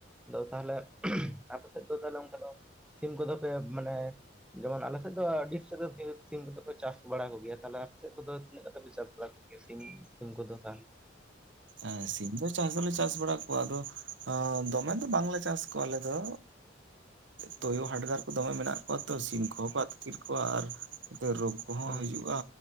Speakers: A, in the centre; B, on the right.
A: ᱟᱫᱚ ᱛᱟᱦᱞᱮ ᱟᱯᱮ ᱥᱮᱫ ᱫᱚ ᱛᱟᱦᱚᱞᱮ ᱚᱱᱠᱟ ᱫᱚ ᱥᱤᱢ ᱠᱚᱫᱚ ᱯᱮ ᱢᱟᱱᱮ ᱡᱮᱢᱚᱱ ᱟᱞᱮ ᱥᱮᱫ ᱫᱚ ᱟᱹᱰᱤ ᱥᱟᱨᱟ ᱫᱤᱱ ᱥᱤᱢ ᱠᱚ ᱫᱚ ᱠᱚ ᱪᱟᱥ ᱵᱟᱲᱟ ᱠᱚ ᱜᱮᱭᱟ᱾ ᱛᱟᱦᱚᱞᱮ ᱟᱯᱮ ᱥᱮᱫ ᱠᱚᱫᱚ ᱛᱤᱱᱟᱹᱜ ᱠᱟᱛᱮ ᱪᱟᱥ ᱵᱟᱲᱟ ᱤᱥᱤᱱ ᱥᱤᱢ ᱠᱚᱫᱚ ᱛᱟᱦᱞᱮ
B: ᱮ ᱥᱤᱢ ᱫᱚ ᱪᱟᱥ ᱫᱚ ᱞᱮ ᱪᱟᱥ ᱵᱟᱲᱟ ᱠᱚᱣᱟ ᱟᱫᱚ ᱚ ᱫᱚᱢᱮ ᱫᱚ ᱵᱟᱝᱞᱮ ᱪᱟᱥ ᱠᱚᱣᱟ ᱟᱞᱮ ᱫᱚ ᱛᱩᱭᱩ ᱦᱟᱰᱜᱟᱨ ᱠᱚ ᱫᱚᱢᱮ ᱢᱮᱱᱟᱜ ᱠᱚᱣᱟ ᱛᱚ ᱥᱤᱢ ᱠᱚᱦᱚᱸ ᱠᱚ ᱟᱹᱛᱠᱤᱨ ᱠᱚᱣᱟ ᱟᱨ ᱨᱳᱜᱽ ᱠᱚᱦᱚᱸ
A: ᱦᱩᱸ
B: ᱦᱤᱡᱩᱜ-ᱟ᱾